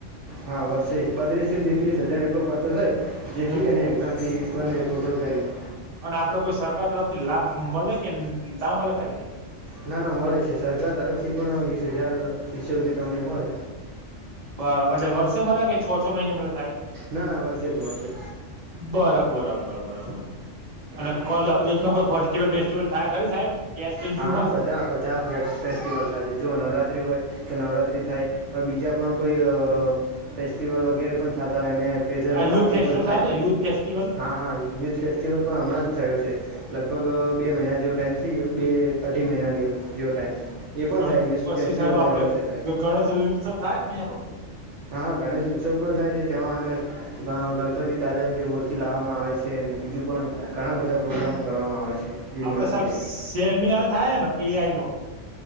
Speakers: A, on the right (about 70°); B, on the right (about 35°).
A: હા, વર્ષે બત્રીસ થી, તેત્રીસ હજાર એટલો ખર્ચો થાય, જે
B: હમ
A: ફી અને એક્ઝામથી બને ટોટલ કરીએ
B: અને આપડે કોઈ, સરકાર તરફથી લાભ મળે કે ના મળે થાય
A: ના ના મળે છે સરકાર તરફથી પણ વીસ હજાર શિષ્યોથી તમને મળે
B: બરાબર એટલે વર્ષે મલે કે છો છો મહિને મળે સાહેબ
A: ના ના વરષે જ મળશે
B: બરાબર બરાબર બરાબર અને
A: હા
B: કોલેલેજમાં કોઈ ફેસ્ટિવલ બેસ્ટિવલ થાય ખરી સાહેબ એસએનજીયુમાં
A: હા હા બધા બધા ફેસ્ટિવલાય છે જો નવરાત્રી હોય તો નવરા થાય બીજા પણ કોઈ ફેસ્ટિવલ વગેરે પણ થ એને પ્રેશર
B: આ યુથ
A: પાર્ટી
B: ફેસ્ટિવલ
A: પણ થાય
B: સાહેબ યુથ ફેસ્ટિવલ
A: હા હા યુથ ફેસ્ટિવલ પણ હમણાં જ થયો છે લગભગ બે મહિના જેવો ટાઈમ થઈ ગયો અઢી મહિના ગયો જેવો ટાઈમ એ
B: પણ
A: થાય યુથ
B: પછી
A: ફેસ્ટિવલ
B: સાહેબ
A: દર
B: આપડે
A: વર્ષે
B: ગણેશ
A: થાય
B: ઉત્સવ થાય કે <unintelligible>
A: હા હા ગણેશ ઉત્સવ પણ થાય છે તેમાં અને ગ ગણપતિ દાદાની જે મૂર્તિ લાવવામાં આવે છે અને બીજું પણ ઘણા બધા પ્રોગ્રામો કરવામાં આવે છે યુનિવર્સિટીમાં
B: આપડે સાહેબ સેમિનાર થાય ને એઆઈ નો